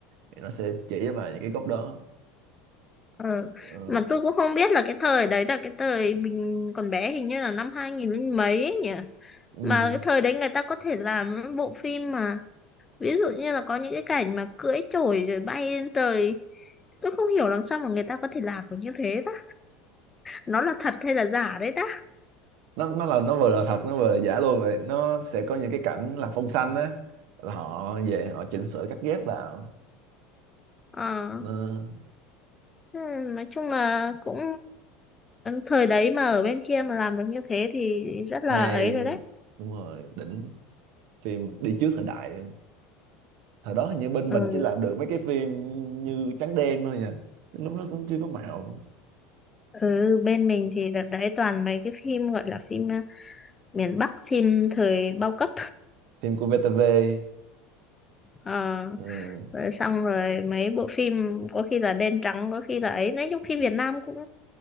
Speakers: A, on the right (about 65°); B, on the left (about 20°).
A: thì nó sẽ chỉ cho bà những cái góc đó
B: Ừ.
A: ừ.
B: Mà tôi cũng không biết là cái thời đấy là cái thời mình còn bé hình như là năm 2000 mấy ấy nhỉ.
A: Ừ.
B: Mà cái thời đấy người ta có thể làm những bộ phim mà ví dụ như là có những cái cảnh mà cưỡi chổi rồi bay lên trời. Tôi không hiểu làm sao mà người ta có thể làm được như thế đó. Nó là thật hay là giả đấy đó.
A: nó nó là nó vừa là thật nó vừa là giả luôn rồi nó sẽ có những cái cảnh là phông xanh á là họ về họ chỉnh sửa cắt ghép vào
B: Ờ.
A: Ờ,
B: Ừ, Nói chung là cũng thời đấy mà ở bên kia mà làm được như thế thì rất là
A: hay
B: ấy rồi đấy.
A: đúng rồi đỉnh phim đi trước thời đại thời đó hình như bên
B: Ừ.
A: mình chỉ làm được mấy cái phim như trắng đen thôi nha lúc đó cũng chưa có màu
B: Ừ, bên mình thì đợt đấy toàn mấy cái phim gọi là phim ờ, miền Bắc, phim thời bao cấp.
A: phim của VTV
B: Ờ,
A: ờ,
B: rồi xong rồi mấy bộ phim có khi là đen trắng, có khi là ấy. Nói chung phim Việt Nam cũng